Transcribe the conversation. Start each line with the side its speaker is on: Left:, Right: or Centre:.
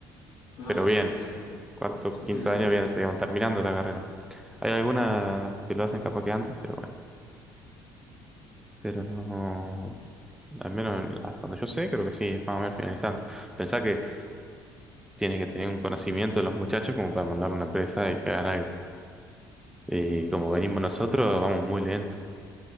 Left: Ah,
Centre: pero
Left: bastante
Centre: bien.
Left: lejos.
Centre: Cuarto,
Left: Sí,
Centre: quinto
Left: sí, sí.
Centre: año bien, se digamos, terminando la carrera. Hay algunas
Left: Ujú,
Centre: que lo hacen capaz que antes, pero bueno. Pero no. Al menos en- hasta donde yo sé, creo que sí, es más o menos finalizando. Pensá que tiene que tener un conocimiento de los muchachos como para mandar a una empresa y que hagan algo. Y
Left: ujú,
Centre: como
Left: Sí.
Centre: venimos nosotros, vamos muy lento,